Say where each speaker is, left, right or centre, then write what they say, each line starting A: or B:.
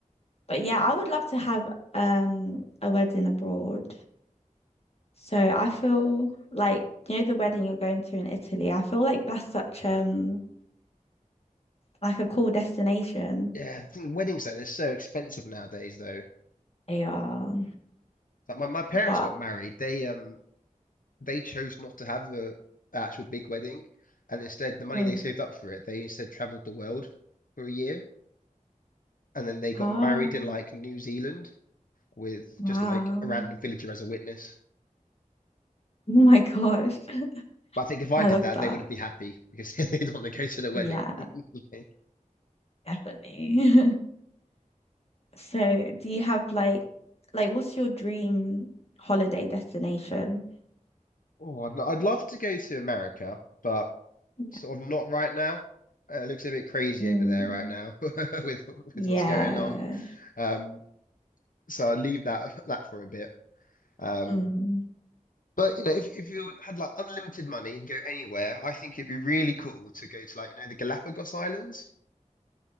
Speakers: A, on the left; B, on the left.
A: but yeah, I would love to have um a wedding abroad. So I feel like you know the wedding you're going to in Italy. I feel like that's such um like a cool destination.
B: Yeah, the thing weddings though, they're so expensive nowadays though.
A: Yeah,
B: Like my, my parents
A: but
B: got married. They um they chose not to have a a actual big wedding and instead the money
A: Mm.
B: they saved up for it, they instead traveled the world for a year and then they got
A: oh
B: married in like New Zealand with
A: wow,
B: just like a random villager as a witness.
A: <laughs> oh my gosh,
B: But
A: <laughs>
B: I think if I
A: I
B: did
A: love
B: that,
A: that.
B: they wouldn't be happy because <laughs> they'd want to go to the wedding.
A: Yeah,
B: <laughs>
A: definitely. <laughs> So, do you have like like what's your dream holiday destination?
B: Oh, I'd, I'd love to go to America, but
A: Yeah.
B: sort of not right now. Uh, it looks a bit crazy
A: Mm,
B: over there right now <laughs> with
A: yeah.
B: with what's going on. Um, so I'll leave that <laughs> that for a bit. Um,
A: Mm.
B: but you know, if if you had like unlimited money, you go anywhere. I think it'd be really cool to go to like you know the Galapagos Islands.